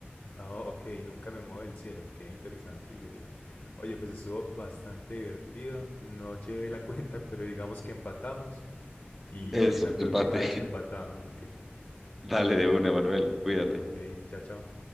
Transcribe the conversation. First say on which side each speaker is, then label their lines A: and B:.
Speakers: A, on the left; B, in the centre.
A: Oh, ok, nunca me muevo del cielo. Qué interesante, interesante. Oye, pues estuvo bastante divertido. No llevé la <laughs> cuenta, pero digamos que empatamos y,
B: eso,
A: y en Mm. la
B: empate.
A: próxima vez empatamos, ok.
B: <laughs> Dale de una, Manuel, cuídate.
A: Ah, Ok, chao, chao.